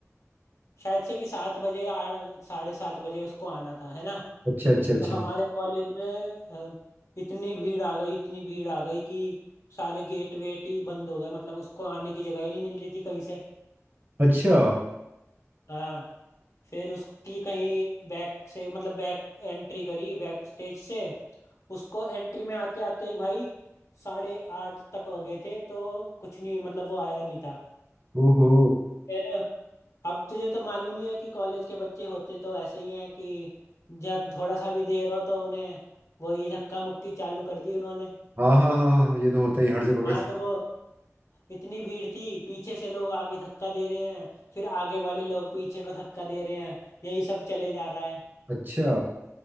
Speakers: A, on the left (about 70°); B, on the right (about 40°).
A: शायद से कि सात बजे आ- साढ़े सात बजे उसको आना था है ना
B: अच्छा अच्छा अच्छा
A: तो हमारे कॉलेज में अ, इतनी भीड़ आ गई इतनी भीड़ आ गई कि सारे गेट वेट ही बंद हो गए मतलब उसको आने की जगह ही नहीं मिल रही थी कहीं से
B: अच्छा
A: हाँ फिर उसकी कहीं बैक से मतलब बैक एंट्री करी बैक स्टेज से उसको एंट्री में आते आते ही भाई साढ़े आठ तक हो गए थे तो कुछ नहीं मतलब वो आया नहीं था
B: ओहो
A: फिर अब तुझे तो मालूम ही है कि कॉलेज के बच्चे होते तो ऐसे ही हैं कि जब थोड़ा सा भी देर हो तो उन्हें वही धक्का मुक्की चालू कर दी उन्होंने
B: हाँ हाँ हाँ हाँ, ये तो होता ही हर जगह का
A: हाँ
B: सीन।
A: तो वो इतनी भीड़ थी पीछे से लोग आगे धक्का दे रहे हैं फिर आगे वाले लोग पीछे को धक्का दे रहे हैं यही सब चले जा रहा है
B: अच्छा